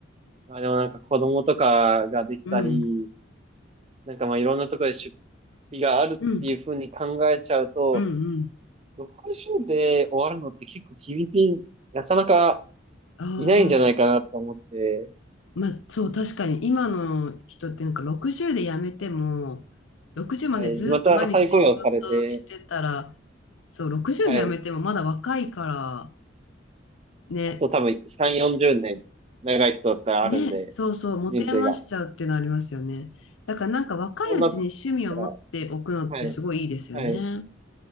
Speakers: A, on the right (about 30°); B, on the left (about 80°).
A: まあでもなんか子供とかができたり、
B: うん、
A: なんかまあいろんなところで出費があるっていうふうに考えちゃうと、
B: うん、うん、うん。
A: 60で終わるのって結構厳しい、なかなか
B: ああ、
A: いないんじゃないかなと思って、
B: まあそう、確かに今の人ってなんか60で辞めても、60までずっと毎日仕事してたら、
A: はい。また再雇用されて、
B: そう、60で辞めてもまだ若いから、
A: はい。
B: ね、
A: あと多分3、40年長い人だったらあるんで、
B: ね、そうそう、持て余しちゃうっていうのありますよね。
A: 人生が。
B: だからなんか若いうちに趣味を持っておくのってすごいいいですよね。
A: そんなところだったら、はい。はい。